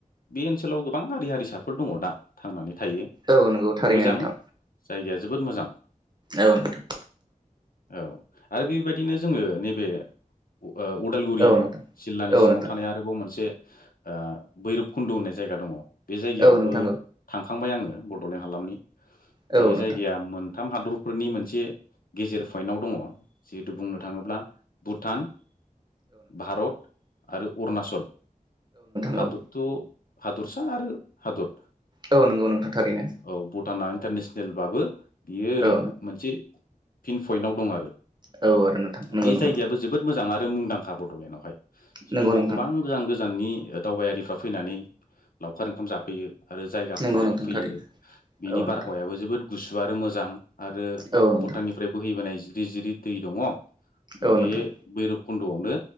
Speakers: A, on the left (about 85°); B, on the right (about 30°).
A: बे ओनसोलाव गोबां हारि हारिसाफोर दङ दा थांनानै थायो
B: औ नंगौ थारैनो
A: मोजां
B: नोंथां
A: जायगाया जोबोद मोजां।
B: औ नोंथां।
A: औ आरो बेबायदिनो जोङो नैबे ओ उदालगुरि
B: औ नोंथां
A: जिल्लानि
B: औ
A: सिङाव
B: नोंथां
A: थानाय आरोबाव मोनसे ओ बैरबकुन्द' होननाय जायगा दङ बे जायगायावबो
B: औ नोंथां औ नोंथां औ नोंथां
A: थांखाबाय बडलेन्ड हालामनि
B: औ
A: बे
B: औ नोंथां औ नोंथां औ नोंथां
A: जायगाया। थाम हादरफोरनि मोनसे गेजेर पइन्टाव दङ। जिहेथु बुंनो थाङोब्ला भुटान। भारत आरो अरुणाचल हादर'।
B: औ
A: हादरसा आरो हादर।
B: औ नंगौ नोंथां थारैनो
A: औ भुटाना इन्टारनेसनेल सेलबाबो बियो ओरै
B: औ
A: मोनसे इन्ड पइन्टाव दं आरो।
B: आरो नोंथां नंगौ
A: बे
B: नंगौ
A: जायगायाबो जोबोद मोजां आरो। मुंदांखा बड'लेण्डआवहाय जिहेथु
B: नंगौ
A: बेयाव
B: नोंथां
A: गोबां गोजान गोजान गोजाननि दावबायारिफ्रा फैनानै लावखार ओंखाम जाफैयो आरो जाय
B: नंगौ
A: नायनो
B: नोंथां
A: फैयो
B: थारैनो
A: बिनि
B: औ नोंथां
A: बारहावायाबो जोबोद। गुसु आरो मोजां आरो
B: औ नोंथां
A: भुटाननिफ्राय बोहैबोनाय जिरि जिरि दै दङ।
B: औ
A: बे
B: नोंथां
A: भैरब खुन्द'आवनो